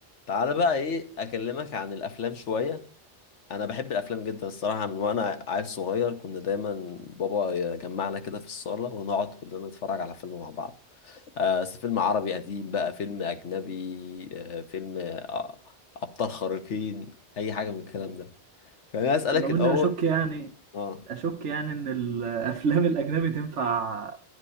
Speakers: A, on the left; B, on the right.
A: تعالى بقى ايه اكلمك عن الافلام شويه انا بحب الافلام جدا الصراحه من وانا عيل صغير كنا دايما بابا يجمعنا كده في الصاله ونقعد كلنا نتفرج على فيلم مع بعض آه س- فيلم عربي قديم بقى فيلم اجنبي آه فيلم آه ابطال خارقين اي حاجه من الكلام ده خليني اسالك
B: ولو
A: الاول
B: اني اشك يعني
A: اه
B: اشك يعني ان الافلام الاجنبي تنفع